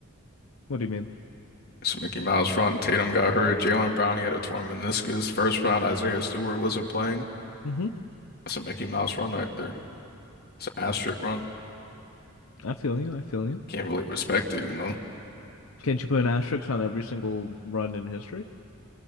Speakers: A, on the left (about 80°); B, on the left (about 45°).
A: What do you mean?
B: So Mickey Miles front, Tatum got hurt, Jalen Brown he had a torn meniscus. First round, Isaiah Stewart wasn't playing.
A: hmm
B: That's a Mickey Mouse run right there. It's an asterisk run.
A: I feel you. I feel you.
B: Can't really respect it, you know?
A: Can't you put an asterisk on every single run in history?